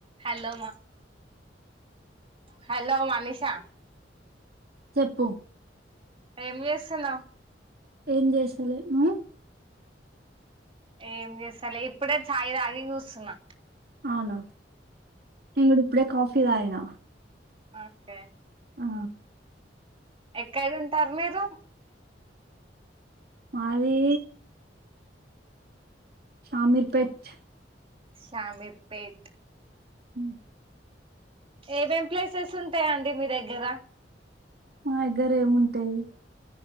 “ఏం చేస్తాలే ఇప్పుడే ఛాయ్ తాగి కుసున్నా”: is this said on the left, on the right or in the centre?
Right